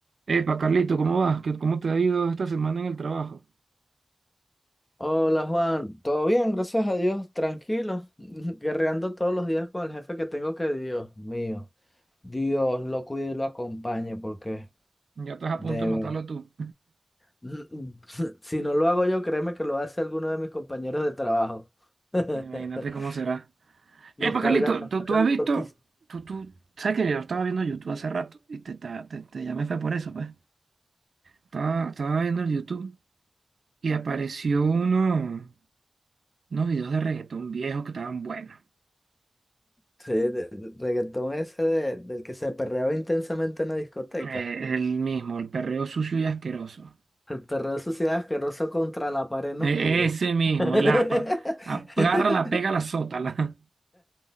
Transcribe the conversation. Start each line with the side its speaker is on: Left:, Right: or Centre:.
Right: Epa, Carlito, ¿cómo vas? ¿Qué- ¿Cómo te ha ido esta semana en el trabajo?
Left: Hola Juan, todo bien, gracias a Dios, tranquilo, <laughs> guerreando todos los días con el jefe que tengo que Dios mío, Dios lo cuide y lo acompañe porque
Right: Ya estás a
Left: de
Right: punto de
Left: ver-
Right: matarlo tú.
Left: <laughs> si no lo hago yo, créeme que lo hace alguno de mis compañeros de trabajo.
Right: Imagínate
Left: <laughs>
Right: cómo será.
Left: Nos
Right: Epa,
Left: carga,
Right: Carlito,
Left: nos
Right: ¿tú,
Left: carga
Right: tú has visto?
Left: loquísimo.
Right: Tú, tú, sabes que yo estaba viendo YouTube hace rato y te, ta- te, te llamé fue por eso, pues. Estaba, estaba viendo el YouTube y apareció uno, unos videos de reggaetón viejos que estaban buenos.
Left: Sí, de- de- reggaetón ese de- del que se perreaba intensamente en la discoteca.
Right: Eh, el mismo, el perreo sucio y asqueroso.
Left: El perreo de suciedad asqueroso contra la pared en
Right: E-
Left: oscuro.
Right: ese mismo,
Left: <laughs>
Right: el APA. Agárrala, pégala, sótala.